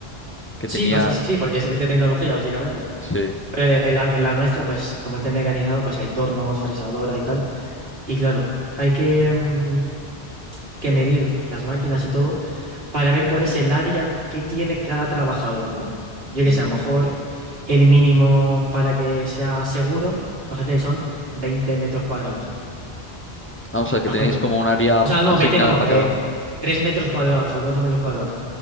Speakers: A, on the left; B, on the right.
A: Que
B: sí,
A: tenía.
B: pues, sí, sí, porque es, es de tecnología, básicamente.
A: Sí.
B: Pero en la, en la nuestra, pues como está mecanizado, pues hay tornos, fresadora y tal. Y claro, hay que, mm, que medir las máquinas y todo para ver cuál es el área que tiene cada trabajador, ¿no? Yo que
A: Mm.
B: sé, a lo mejor el mínimo para que sea seguro, imagínate, son 20 metros cuadrados.
A: Ah, o sea, que
B: Imagínate,
A: tenéis como un área
B: O sea, no,
A: asignada
B: 20 no,
A: para cada
B: eh,
A: uno.
B: 3 metros cuadrados o 4 metros cuadrados.